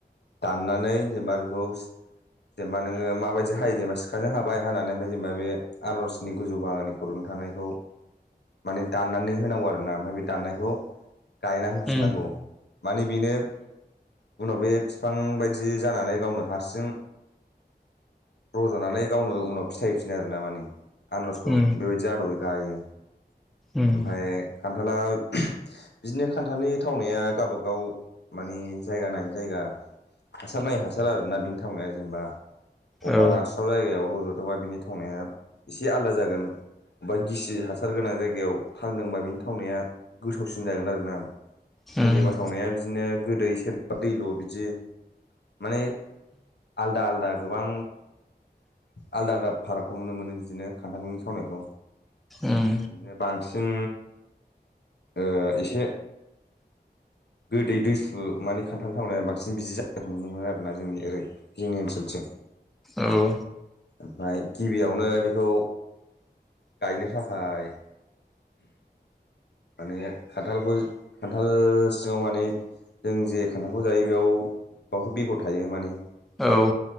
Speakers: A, on the left (about 80°); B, in the centre.
A: दाननानै जेनेबा बेखौ जेनेबा नोङो माबायदि हायो जेनेबा सिखाजों हाबाय हानानै ओमफ्राय जेनेबा बे आनारसनि गोजौ बाहागोनि खर'नि थानायखौ माने दाननानै होनांगौ आरो ना ओमफ्राय बे दाननायखौ गायना होफिननांगौ
B: उम
A: माने बेनो उनाव बे फिफां बायदि जानानै गावनो हारसिं रज'नानै गावनो उनाव फिथाइ होफिनो आरो ना माने। आनारसखौ
B: उम
A: बेबायदि आद'बै गायो
B: उम
A: आमफाय खान्थाला बिदिनो खान्थालनि थावनाया गाबागाव माने जायगा नायै जायगा हासार नायै हासार आरोना बिनि थावनाया जेनेबा अब्बा
B: औ
A: रानस्राव जायगायाव रज' थ'बा बिनि थावनाया एसे आलदा जागोन। बा गिसि हासार गोनां जायगायाव थांदोंबा बिनि थावनाया गोथावसिन जागोन आरो ना।
B: उम
A: सोरनिबा थावनाया बिदिनो गोदै सोरनिबा दैल' बिदि माने आलदा आलदा गोबां आलदा आलदा फारागखौ नुनो मोनो बिदिनो खान्थालनि थावनायखौ
B: उम
A: बिदिनो बांसिन ओ एसे गोदै दुइसु माने खान्थाल थावनाया बा‌ <unintelligible> बिदि जानायखौ नुनो मोनो आरोना जोंनि ओरै जोंनि ओनसोलथिं।
B: औ।
A: ओमफ्राय गिबियावनो बेखौ गायनो थाखाय माने खान्थालखौ खान्थाल सिङाव माने जों जे खान्थालखौ जायो बेयाव बावथ' बेगर थायो माने
B: औ।